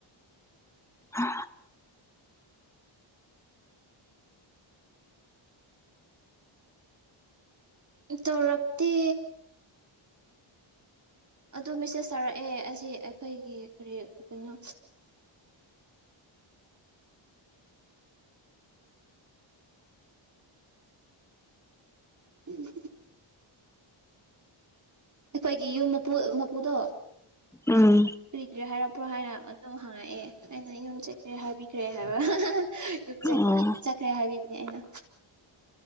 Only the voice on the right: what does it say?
ꯇꯧꯣꯔꯞꯇ ꯑꯗꯣ ꯃꯦꯁꯦꯁ ꯇꯥꯔꯛꯑꯦ ꯑꯁꯤ ꯑꯩꯈꯣꯏꯒꯤ ꯀꯔꯤ ꯀꯩꯅꯣ ꯝ ꯑꯩꯈꯣꯏꯒꯤ ꯌꯨꯝ ꯃꯄꯨ ꯃꯄꯨꯗꯣ
ꯐ ꯀ꯭ꯔꯤ ꯍꯥꯏꯔ ꯄ꯭ꯔꯣ ꯍꯥꯏꯔ ꯑꯗꯨꯝ ꯍꯪꯉꯛꯑꯦ ꯑꯩꯅ ꯌꯨꯝ ꯆꯠꯈ꯭ꯔꯦ ꯍꯥꯏꯕꯤꯈ꯭ꯔꯦ ꯍꯥꯏꯕ ꯌꯨꯝ
ꯆꯠꯈ꯭ꯔꯦ ꯍꯥꯏꯕꯤꯕꯅꯦ ꯑꯩꯅ